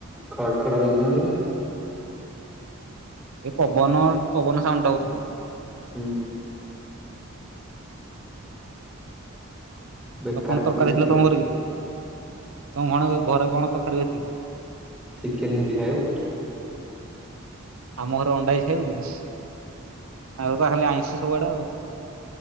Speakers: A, in the centre; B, on the right.
A: ଖଡ ଖଡ ହଉଛି କଣ କି?
B: ଏ ପବନ ପବନ ସାଉଣ୍ଡ ଟା ହଉଥିବ।
A: ହୁଁ। ବେକାର
B: ଆଉ କଣ ତରକାରୀ
A: କରିବୁ
B: ହେଇଥିଲା
A: ଆଉ।
B: ତମ ଘରେ କି ତମ ଘଣ ଘରେ କଣ ତରକାରୀ ହେଇଥିଲା?
A: ଚିକେନ ହେଇଛି ଖାଇବୁ?
B: ଆମ ଘରେ ଅଣ୍ଡା ହେଇଛି ଖାଇବୁ ଆମର ତ ଖାଲି ଆଇଁଷ ସବୁଆଡେ ଆଉ।